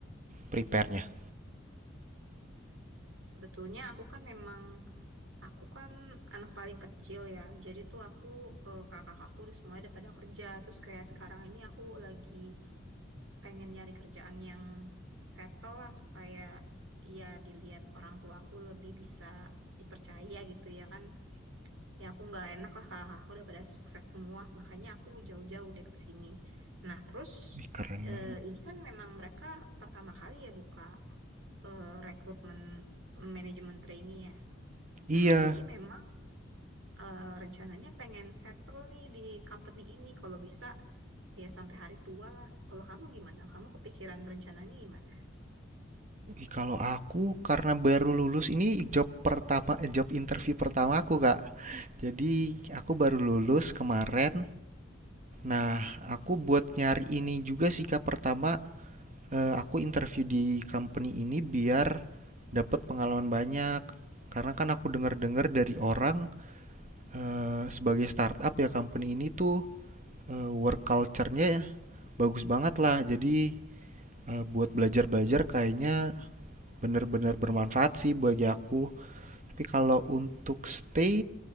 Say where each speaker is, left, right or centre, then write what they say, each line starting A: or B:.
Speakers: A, on the right; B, on the right.
A: prepare-nya?
B: Sebetulnya aku kan memang, aku kan anak paling kecil ya. Jadi tuh aku, eh, kakak-kakakku udah semuanya udah pada kerja. Terus kayak sekarang ini aku lagi pengen nyari kerjaan yang settle lah supaya ya dilihat orang tuaku lebih bisa dipercaya gitu ya kan. ya aku nggak enak lah kakak aku udah pada sukses semua makanya aku jauh-jauh deh ke sini nah terus
A: Wih, keren
B: eh,
A: banget.
B: ini kan memang mereka pertama kali ya buka eh, rekrutmen manajemen trainee ya
A: Iya,
B: nah aku sih memang eh, rencananya pengen settle nih di company ini kalau bisa ya sampai hari tua lah kalau kamu gimana kamu kepikiran rencananya gimana
A: Ih, kalau aku karena baru lulus ini job pertama eh, job interview pertama aku, Kak. Jadi, aku baru lulus kemarin Nah, aku buat nyari ini juga sih Kak. Pertama, eh, aku interview di company ini biar dapat pengalaman banyak. Karena kan aku dengar-dengar dari orang eh, sebagai startup ya company ini tuh eh, work culture-nya ya bagus banget lah. Jadi eh, buat belajar-belajar kayaknya bener-bener bermanfaat sih bagi aku. Tapi kalau untuk stay